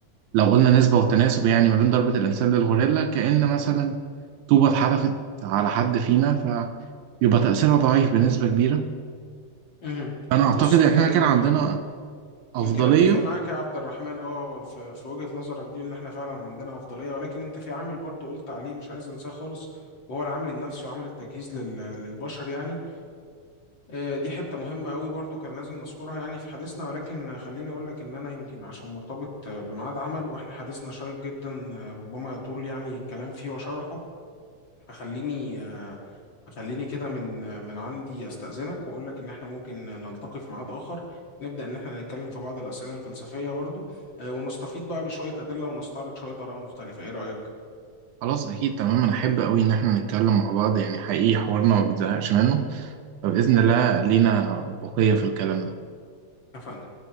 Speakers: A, on the right; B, on the left.
A: لو قلنا نسبة والتناسب يعني ما بين ضربة الإنسان للغوريلا كأن مثلا طوبة اتحدفت على حد فينا فيبقى تأثيرها ضعيف بنسبة كبيرة
B: مهم.
A: أنا أعتقد
B: بص يمكن
A: إن إحنا كان عندنا أفضلية
B: يمكن اتفق معاك يا عبد الرحمن اه في في وجهة نظرك دي ان احنا فعلا عندنا افضلية ولكن انت في عامل برضو قلت عليه مش عايز انساه خالص وهو العامل النفسي وعامل التجهيز لل- للبشر يعني آه، دي حتة مهمة قوي برضو كان لازم نذكرها يعني في حديثنا ولكن خليني اقول لك ان انا يمكن عشان مرتبط آه، بميعاد عمل واحنا حديثنا شيق جدا آه، ربما يطول يعني الكلام فيه وشرحه فخليني آه، خليني كده من من عندي استأذنك واقول لك ان احنا ممكن نلتقي في ميعاد اخر نبدأ ان احنا نتكلم في بعض الأسئلة الفلسفية برضو آه، ونستفيض بقى بشوية أدلة ونستعرض شوية آراء مختلفة ايه رأيك؟
A: خلاص أكيد تمام أنا أحب أوي إن إحنا نتكلم مع بعض يعني حقيقي حوارنا ما بيتزهقش منه فبإذن الله لينا بقية في الكلام ده
B: اتفقنا